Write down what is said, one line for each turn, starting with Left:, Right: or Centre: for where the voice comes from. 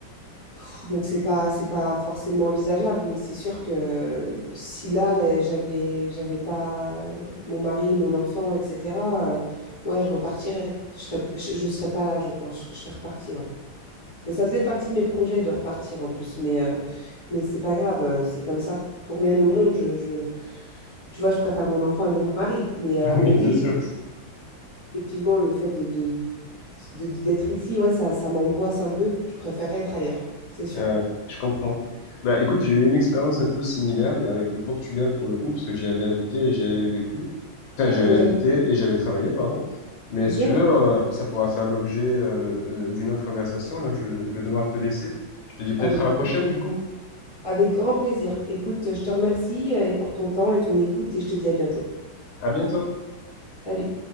Right: Pff, Donc, c'est pas, c'est pas forcément envisageable, mais c'est sûr que si là, euh, j'avais, j'avais pas euh, mon mari, mon enfant, etc., euh, ouais, je repartirais. Je serais, je, je serais pas là, je pense. Je, je serais repartie, ouais. Mais ça faisait partie de mes projets de repartir en plus. Mais, euh, mais c'est pas grave, euh, c'est comme ça. Pour rien au monde, je, je- tu vois, je préfère mon enfant et mon mari. Mais, euh,
Left: <laughs> Oui,
Right: mais oui,
Left: c'est sûr.
Right: effectivement, le fait de, de- de- de- d'être ici, ouais, ça, ça m'angoisse un peu. Je préférerais être ailleurs, c'est sûr.
Left: Ouais, je comprends. Bah, écoute, j'ai eu une expérience un peu similaire, mais avec le Portugal pour le coup, parce que j'y avais habité et j'y avais vécu. Enfin, j'avais
Right: Mais
Left: habité
Right: j'avoue,
Left: et j'avais travaillé, pardon. Mais
Right: super,
Left: si tu veux, euh, ça pourra faire l'objet euh, euh, d'une autre conversation. Là, je, je vais devoir te laisser. Je te dis peut-être
Right: avec
Left: à la
Right: grand,
Left: prochaine, du coup.
Right: avec grand plaisir. Écoute, je te remercie euh, et pour ton temps et ton écoute et je te dis à bientôt.
Left: À bientôt.
Right: Salut.